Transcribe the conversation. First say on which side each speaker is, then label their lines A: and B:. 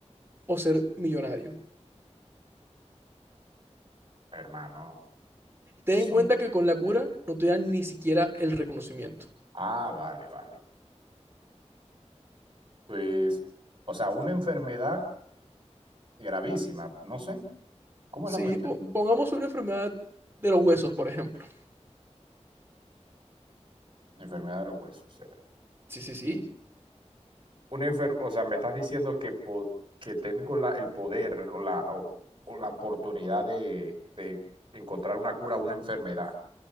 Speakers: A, on the right (about 20°); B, on the right (about 45°).
A: o ser millonario?
B: hermano,
A: Ten
B: eso
A: en cuenta
B: no.
A: que con la cura no te dan ni siquiera el reconocimiento.
B: Ah, vale, vale. Pues, o sea, una enfermedad gravísima, no sé, ¿cómo
A: Sí,
B: es la cuestión?
A: po- pongamos una enfermedad de los huesos, por ejemplo.
B: Enfermedad de los huesos. O sea,
A: Sí, sí, sí.
B: una enfer- o sea, me estás diciendo que, po- que tengo la, el poder o la, o, o la oportunidad de, de encontrar una cura a una enfermedad